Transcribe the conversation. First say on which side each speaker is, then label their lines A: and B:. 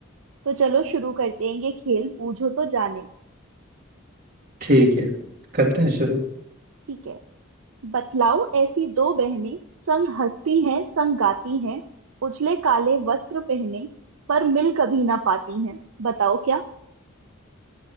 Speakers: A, on the right; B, on the right.
A: तो चलो शुरू करते हैं ये खेल बूझो तो जाने
B: ठीक है करते हैं शुरू
A: ठीक है बतलाओ ऐसी दो बहनें संग हंसती हैं संग गाती हैं उजले काले वस्त्र पहने पर मिल कभी ना पाती हैं बताओ क्या